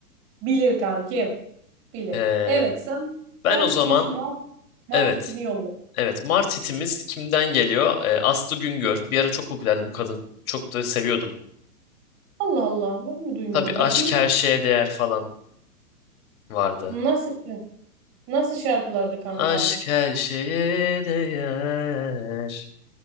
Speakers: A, on the right (about 35°); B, on the left (about 60°).
A: Bilir kankim. Bilir.
B: Ee,
A: Evet sen
B: ben
A: sen
B: o zaman
A: bu şu Mart, Mart
B: evet.
A: itini yolla.
B: Evet, Mart hitimiz kimden geliyor? Ee, Aslı Güngör. Bir ara çok popülerdi bu kadın. Çok da seviyordum.
A: Allah Allah ben mi duymadım
B: Tabii aşk
A: bakayım.
B: her şeye değer falan vardı.
A: Nasıl Nasıl şarkıları kanka?
B: Aşk her şeye değer.